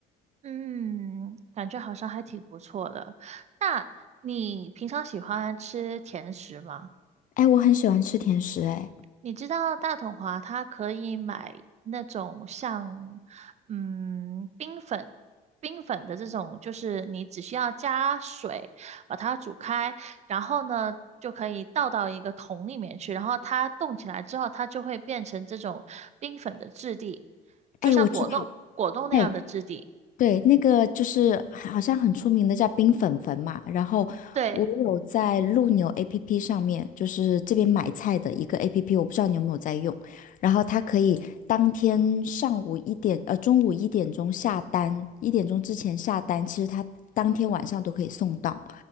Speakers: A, on the right; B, on the left.
A: 嗯，感觉好像还挺不错的。那你平常喜欢吃甜食吗？
B: 哎，我很喜欢吃甜食，哎，
A: 你知道大统华它可以买那种像嗯冰粉、冰粉的这种，就是你只需要加水把它煮开，然后呢就可以倒到一个桶里面去，然后它冻起来之后，它就会变成这种冰粉的质地，就像果冻果冻那样的质地。
B: 哎，我知道，哎，对，那个就是好像很出名的叫冰粉粉嘛，然后我有在陆牛
A: 对，
B: APP 上面，就是这边买菜的一个 APP，我不知道你有没有在用，然后它可以当天上午一点，呃，中午一点钟下单，一点钟之前下单，其实它当天晚上都可以送到，